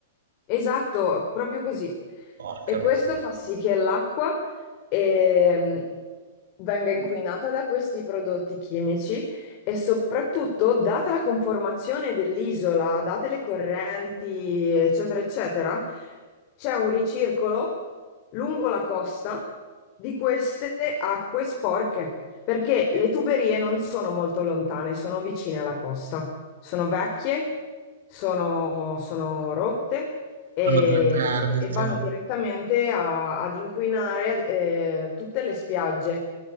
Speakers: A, on the left; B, on the right.
A: Esatto, proprio così.
B: Porca
A: E questo
B: miseria,
A: fa sì che l'acqua ehm, venga inquinata da questi prodotti chimici e soprattutto, data la conformazione dell'isola, date le correnti, eccetera, eccetera, c'è un ricircolo lungo la costa di queste acque sporche, perché le tuberie non sono molto lontane, sono vicine alla costa, sono vecchie sono, sono rotte e,
B: hanno delle perdite.
A: e vanno direttamente a- ad inquinare eh, tutte le spiagge.